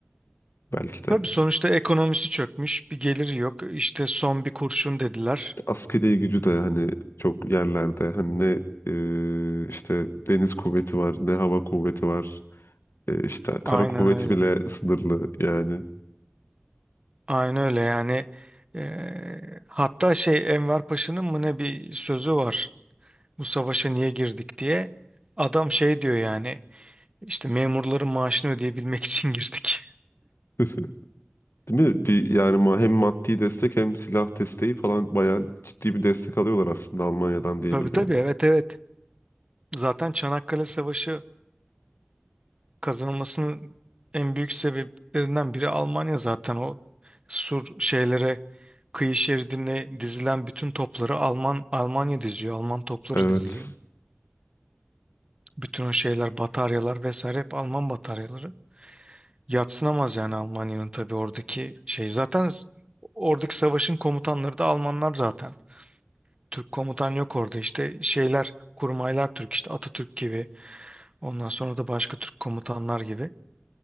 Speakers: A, on the left (about 75°); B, on the right (about 25°).
A: belki
B: Tabii
A: de.
B: sonuçta ekonomisi çökmüş, bir geliri yok. İşte son bir kurşun dediler.
A: İşte askeri gücü de hani çok yerlerde hani ne e, işte deniz kuvveti var ne hava kuvveti var E, işte kara
B: Aynen
A: kuvveti
B: öyle.
A: bile sınırlı yani.
B: Aynen öyle yani. E, hatta şey Enver Paşa'nın mı ne bir sözü var. Bu savaşa niye girdik diye. Adam şey diyor yani. İşte memurların maaşını ödeyebilmek için girdik.
A: <laughs> Değil mi? Bir, yani ma- hem maddi destek hem silah desteği falan bayağı ciddi bir destek alıyorlar aslında Almanya'dan
B: <laughs>
A: diye
B: Tabii
A: biliyorum.
B: tabii evet evet. Zaten Çanakkale Savaşı kazanılmasının en büyük sebeplerinden biri Almanya zaten o sur şeylere kıyı şeridine dizilen bütün topları Alman Almanya diziyor. Alman topları
A: Evet.
B: diziliyor. Bütün o şeyler bataryalar vesaire hep Alman bataryaları. Yadsınamaz yani Almanya'nın tabii oradaki şey. Zaten s- oradaki savaşın komutanları da Almanlar zaten. Türk komutan yok orada işte şeyler kurmaylar Türk işte Atatürk gibi ondan sonra da başka Türk komutanlar gibi.